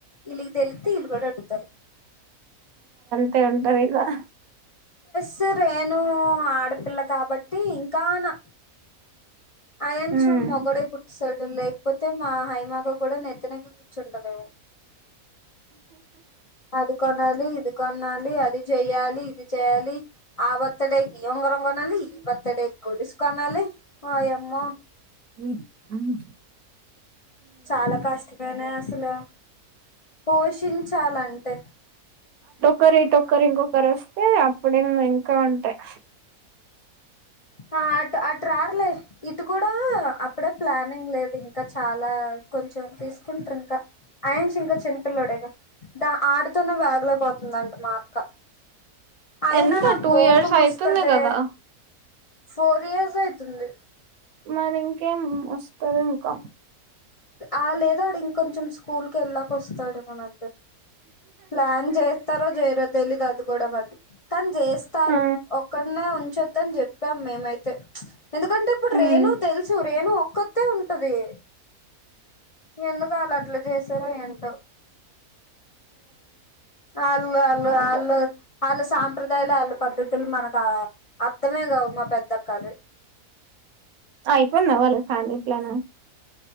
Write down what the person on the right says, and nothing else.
తే ఉంటదిగా
ఉమ్
మ్ మ్
కరు ఇటొక్కరు ఇంకొకర్ ఒస్తే అప్పుడే ఇంకా ఉంటాయి
ఎంత
టూ
ఇయర్స్ అయితుంది
కదా
మరి ఇంకేం ఒస్తరింకా
ఆ
ఉమ్
అవును
అయిపోయిందా వాళ్ళది ఫ్యామిలీ ప్లాన్